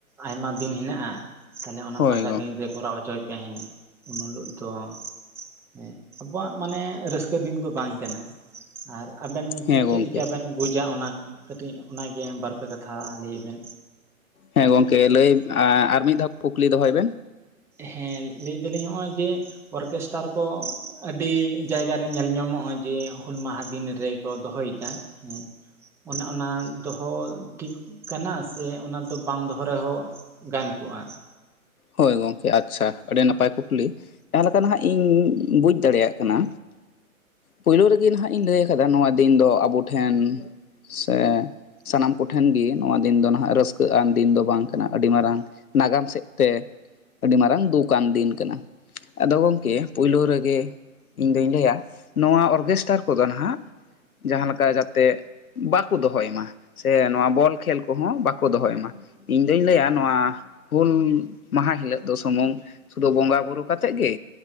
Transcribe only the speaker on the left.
ᱦᱳᱭ
ᱜᱚᱝᱠᱮ
ᱦᱮᱸ ᱜᱚᱝᱠᱮ
ᱦᱮᱸ ᱜᱚᱝᱠᱮ ᱞᱟᱹᱭ ᱟᱨ ᱢᱤᱫ ᱫᱷᱟᱣ ᱠᱩᱠᱞᱤ ᱫᱚᱦᱚᱭ ᱵᱮᱱ
ᱦᱳᱭ ᱜᱚᱝᱠᱮ ᱟᱪᱪᱷᱟ ᱟᱹᱰᱤ ᱱᱟᱯᱟᱭ ᱠᱩᱠᱞᱤ ᱡᱟᱦᱟᱸ ᱞᱟᱠᱟᱱ ᱦᱟᱸ ᱤᱧ ᱵᱩᱡᱽ ᱫᱟᱲᱮᱭᱟᱜ ᱠᱟᱱᱟ ᱯᱳᱭᱞᱳ ᱨᱮᱜᱮ ᱱᱟᱦᱟᱜ ᱤᱧ ᱞᱟᱹᱭ ᱠᱟᱫᱟ ᱱᱚᱣᱟ ᱫᱤᱱ ᱫᱚ ᱟᱵᱚ ᱴᱷᱮᱱ ᱥᱮ ᱥᱟᱱᱟᱢ ᱠᱚᱴᱷᱮᱱ ᱜᱮ ᱱᱚᱣᱟ ᱫᱤᱱ ᱫᱚ ᱱᱟᱦᱟᱜ ᱨᱟᱹᱥᱠᱟᱹ ᱟᱱ ᱫᱤᱱ ᱫᱚ ᱵᱟᱝ ᱠᱟᱱᱟ ᱟᱹᱰᱤ ᱢᱟᱨᱟᱝ ᱱᱟᱜᱟᱢ ᱥᱮᱫ ᱛᱮ ᱟᱹᱰᱤ ᱢᱟᱨᱟᱝ ᱫᱳᱠ ᱟᱱ ᱫᱤᱱ ᱠᱟᱱᱟ ᱟᱫᱚ ᱜᱚᱢᱠᱮ ᱯᱳᱭᱞᱳ ᱨᱮᱜᱮ ᱤᱧᱫᱩᱧ ᱞᱟᱹᱭᱟ ᱱᱚᱣᱟ ᱚᱨᱜᱮᱥᱴᱟᱨ ᱠᱚᱫᱚ ᱱᱟᱜ ᱡᱟᱦᱟ ᱞᱮᱠᱟ ᱡᱟᱛᱮ ᱵᱟᱠᱩ ᱫᱚᱦᱚᱭ ᱢᱟ ᱥᱮ ᱱᱚᱣᱟ ᱵᱚᱞ ᱠᱷᱮᱞ ᱠᱚᱦᱚ ᱵᱟᱠᱚ ᱫᱚᱦᱚᱭ ᱢᱟ ᱤᱧ ᱫᱩᱧ ᱞᱟᱹᱭᱟ ᱱᱚᱣᱟ ᱦᱩᱞ ᱢᱟᱦᱟ ᱦᱤᱞᱳᱜ ᱫᱚ ᱥᱩᱢᱩᱝ ᱥᱩᱫᱷᱩ ᱵᱚᱸᱜᱟ ᱵᱩᱨᱩ ᱠᱟᱛᱮᱜ ᱜᱮ